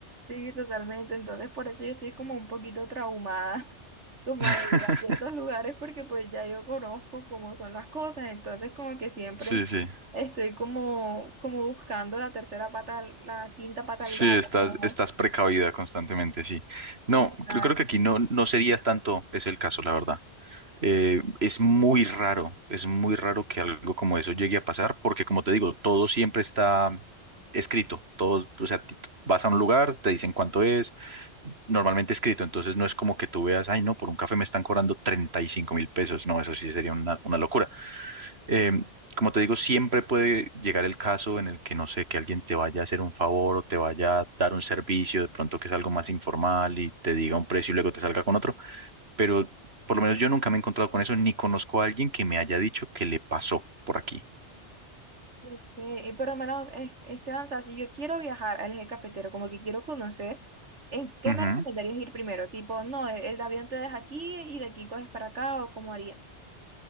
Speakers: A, on the right (about 85°); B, on the right (about 65°).
A: Sí, totalmente. Entonces, por eso yo estoy como un poquito traumada, <laughs> como
B: <laughs>
A: de ir a ciertos lugares, porque pues ya yo conozco cómo son las cosas. Entonces, como que siempre
B: Sí, sí.
A: estoy como, como buscando la tercera pata, al- la quinta pata
B: Sí,
A: al gato.
B: estás,
A: Ojo.
B: estás precavida constantemente, sí. No,
A: Exacto.
B: creo, creo que aquí no, no sería tanto es el caso, la verdad. Eh, es muy raro, es muy raro que algo como eso llegue a pasar, porque como te digo, todo siempre está escrito. Todo, o sea, ti- vas a un lugar, te dicen cuánto es, normalmente escrito, entonces no es como que tú veas, ay, no, por un café me están cobrando treinta y cinco mil pesos. No, eso sí sería una, una locura. Eh, como te digo, siempre puede llegar el caso en el que, no sé, que alguien te vaya a hacer un favor o te vaya a dar un servicio, de pronto que es algo más informal y te diga un precio y luego te salga con otro, pero por lo menos yo nunca me he encontrado con eso, ni conozco a alguien que me haya dicho que le pasó por aquí.
A: Ok, Y por lo menos, es- Esteban, o sea, si yo quiero viajar al eje cafetero, como que quiero conocer, ¿en qué
B: Ujú.
A: me recomendarías ir primero? Tipo, no, el el avión te deja aquí y de aquí coges para acá, o cómo haría.